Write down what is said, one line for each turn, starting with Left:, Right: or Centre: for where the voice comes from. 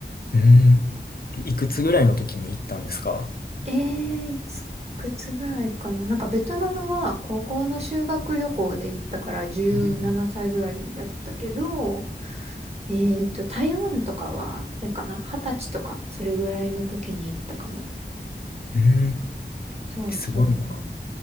Left: うん。えいくつぐらいの時に行ったんですか
Right: えー、いつ、くつぐらいかな。なんか、ベトナムは高校の修学旅行で行ったから、17歳ぐらいやったけど、
Left: えー、
Right: えっと、台湾とかは、あれかな二十歳とか、それぐらいの時に行ったかも。
Left: うん。
Right: そうそう。
Left: えすごいな。